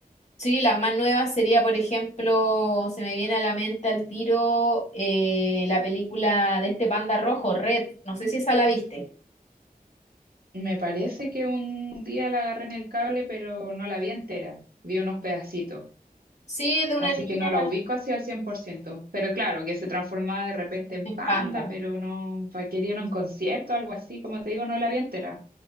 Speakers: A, on the left; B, on the right.
A: sí, las más nuevas sería, por ejemplo, se me viene a la mente al tiro eh, la película de este panda rojo, Red, no sé si esa la viste.
B: Me parece que un día la agarré en el cable, pero no la vi entera. Vi unos pedacitos.
A: Sí, de una
B: Así
A: niña
B: que no la ubico así al 100%. Pero claro, que se transformaba de repente en
A: en
B: panda,
A: panda.
B: pero no, requerir un concierto, algo así. Como te digo, no la vi entera.